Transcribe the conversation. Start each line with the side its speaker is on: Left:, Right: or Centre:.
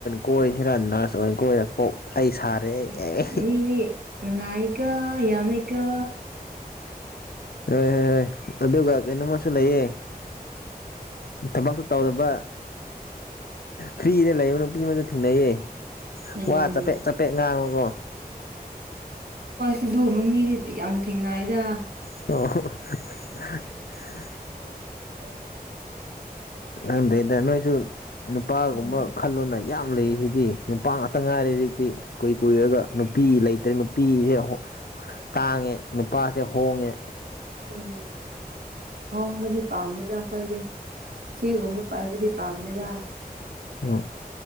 Left: ꯀꯣꯏꯁꯤꯔ ꯅꯔꯁ ꯑꯣꯏꯅ ꯀꯣꯏꯔꯛꯄ ꯑꯩ ꯁꯥꯔꯦ
Right: ꯏꯁ
Left: ꯍꯣꯏ
Right: ꯃꯤꯗꯤ ꯅꯨꯡꯉꯥꯏꯀꯣ ꯌꯥꯝꯃꯦꯀꯣ
Left: ꯍꯣꯏ ꯍꯣꯏ ꯑꯗꯨꯒ ꯀꯩꯅꯣꯝꯃꯁꯨ ꯂꯩꯌꯦ ꯊꯕꯛꯁꯨ ꯇꯧꯗꯕ ꯐ꯭ꯔꯤꯗ ꯂꯩꯕ ꯅꯨꯄꯤ ꯃꯁꯨ ꯊꯦꯡꯅꯩꯌꯦ
Right: ꯎꯝ
Left: ꯋꯥ ꯆꯄꯦꯠ ꯆꯄꯦꯠ ꯉꯥꯡꯉꯨꯒꯣ
Right: ꯑꯗꯨꯕ ꯃꯤꯗꯤꯗꯤ ꯌꯥꯝ ꯊꯦꯡꯅꯏꯗ
Left: ꯑꯣ
Right: <inaudible>
Left: ꯑꯗꯨꯗꯩꯗ ꯅꯣꯏꯁꯨ ꯅꯨꯄꯥꯒꯨꯝꯕ
Right: ꯎꯝ
Left: ꯈꯜꯂꯣꯅ ꯌꯥꯝ ꯂꯩꯔꯤꯁꯤꯗꯤ ꯅꯨꯄꯥ ꯉꯥꯛꯇ ꯉꯥꯏꯔꯦ ꯍꯧꯖꯤꯛꯇꯤ ꯀꯨꯏ ꯀꯨꯏꯔꯒ ꯅꯨꯄꯤ ꯂꯩꯇ꯭ꯔꯦ ꯅꯨꯄꯤꯁꯦ ꯇꯥꯡꯉꯦ ꯅꯨꯄꯥꯁꯦ ꯍꯣꯡꯉꯦ
Right: ꯎꯝ ꯍꯣꯡꯕꯗꯤ ꯄꯥꯝꯗꯅ ꯑꯩꯈꯣꯏꯗꯤ ꯆꯦꯒꯨꯝꯕ ꯄꯥꯏꯕꯗꯤ ꯄꯝꯗꯦꯗ
Left: ꯑꯣ